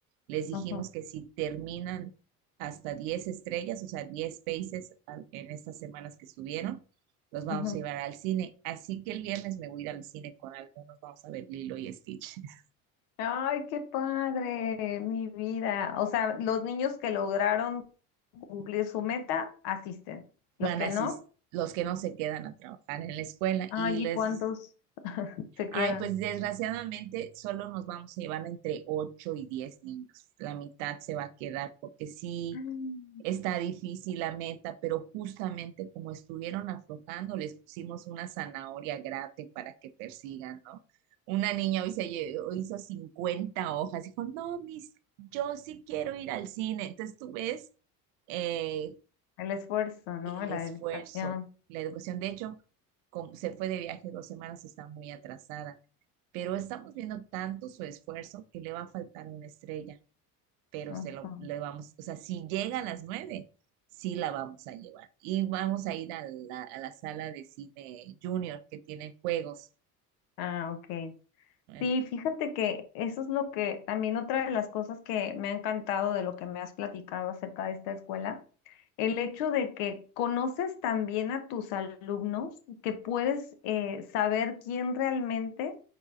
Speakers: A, on the right; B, on the left.
A: Les dijimos
B: ujú,
A: que si terminan hasta 10 estrellas, o sea, 10 países en estas semanas que estuvieron. Los vamos
B: ujú.
A: a llevar al cine. Así que el viernes me voy a ir al cine con algunos. Vamos a ver Lilo y Stitch. <laughs>
B: Ay, qué padre, mi vida. O sea, los niños que lograron cumplir su meta asisten.
A: Van
B: Los que
A: a asistir
B: no,
A: los que no se quedan a trabajar en la escuela
B: ay,
A: y les...
B: ¿y cuántos se quedan?
A: Ay, pues desgraciadamente solo nos vamos a llevar entre 8 y 10 niños. La mitad se va a quedar porque sí,
B: Mm.
A: Está difícil la meta, pero justamente como estuvieron aflojando, les pusimos una zanahoria grande para que persigan, ¿no? Una niña hoy se lle- hizo 50 hojas, dijo, no, mis, yo sí quiero ir al cine. Entonces tú ves eh,
B: El esfuerzo, ¿no?
A: el
B: La
A: esfuerzo,
B: dedicación.
A: la educación. De hecho, como se fue de viaje dos semanas, está muy atrasada, pero estamos viendo tanto su esfuerzo que le va a faltar una estrella pero
B: Ujú.
A: se lo le vamos, o sea, si llega a las nueve, sí la vamos a llevar. Y vamos a ir a la, a la sala de cine junior que tiene juegos.
B: Ah, ok.
A: ¿no?
B: Sí, fíjate que eso es lo que también otra de las cosas que me ha encantado de lo que me has platicado acerca de esta escuela, el hecho de que conoces también a tus alumnos, que puedes eh, saber quién realmente